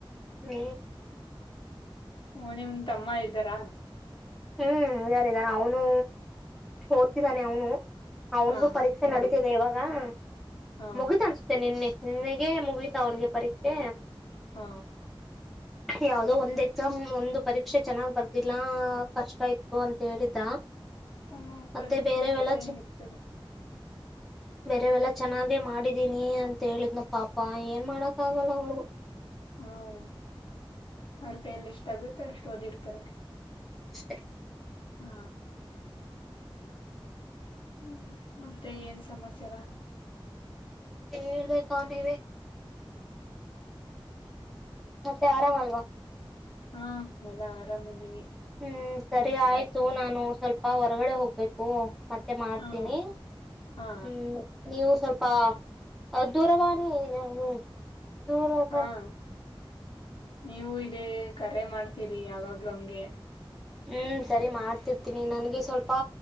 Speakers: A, in the centre; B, on the left.
A: ಹ್ಮ್
B: ಓ ನಿಮ್ಮ ತಮ್ಮ ಇದ್ದಾರಾ.
A: ಹ್ಮ್ ಇದ್ದಾರೆ ಇದ್ದಾರೆ ಅವನು ಓದ್ತಿದ್ದಾನೆ ಅವನು ಅವನಿಗೂ
B: ಹಾ
A: ಪರೀಕ್ಷೆ ನಡಿತಿದೆ ಇವಾಗ. ರ್
B: ಹಾ
A: ಮುಗುತ್ ಅನ್ಸ್ತೆನೆ ನಿನ್ನೆ. ನಿನ್ನಗೆ ಮುಗಿತಾ ಅವನ್ಗೆ ಪರೀಕ್ಷೆ
B: ಹಾ
A: ಯಾವವುದೋ ಒಂದ್ ಎಕ್ಸಾಮ್ ಒಂದು ಪರೀಕ್ಷೆ ಚೆನ್ನಾಗಿ ಬರ್ದಿಲ್ಲ. ಕಷ್ಟ ಇತ್ತು ಅಂತ ಹೇಳಿದ್ದ
B: ಹ್ಮ
A: ಮತ್ತೆ
B: ಪರೀಕ್ಷೆನ್
A: ಬೇರೆವೆಲ್ಲ
B: ಮೇಲೆ ಆಯ್ತದೆ
A: ಬೇರೆವೆಲ್ಲ ಚೆನ್ನಾಗೆ ಮಾಡಿದ್ದೀನಿ ಅಂತಾ ಹೇಳಿದ್ನ ಪಾಪ ಏನ್ ಮಾಡಕ್ಕ ಆಗಲ್ಲ ಅವ್ರಿಗು.
B: ಹ್ಮ ಅವ್ರ ಕೈಯಲ್ಲಿ ಎಷ್ಟ ಆಗುತ್ತೆ ಅಷ್ಟು ಓದಿರ್ತಾರೆ
A: ಅಷ್ಟ
B: ಹ್ಮ ಹ್ಮ್ ಮತ್ತೆ ಏನ್ ಸಮಾಚಾರ
A: ಹೇಳ್ಬೇಕು ಅವ ನೀವೇ ಮತ್ತೆ ಆರಾಮ ಅಲ್ವಾ.
B: ಹಾ ಎಲ್ಲಾ ಆರಾಮಿದ್ದೀವಿ.
A: ಹ್ಮ್ ಸರಿ ಆಯ್ತು ನಾನು ಸ್ವಲ್ಪ ಹಾ ಹೊರಗಡೆ ಹೋಗ್ಬೇಕು ಮತ್ತೆ ಮಾಡ್ತೀನಿ
B: ಹ ಹಾ ಹಾ
A: ಹ್ಮ್ ನೀವು ಸ್ವಲ್ಪ. ಅ ದೂರವಾಣಿ ದೆ ದೂರತ
B: ಹಾ ನೀವು ಇದೇ ಕರೆ ಮಾಡ್ತೀರಿ ಯಾವಾಗ್ಲಂಗೆ
A: ಹ್ಮ್ ಸರಿ ಮಾಡ್ತಿರ್ತೀನಿ ನನ್ಗೆ ಸ್ವಲ್ಪ